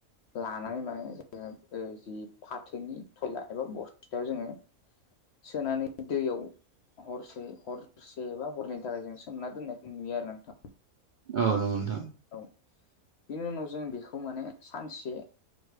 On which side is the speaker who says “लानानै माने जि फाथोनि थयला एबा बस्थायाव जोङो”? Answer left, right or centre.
Left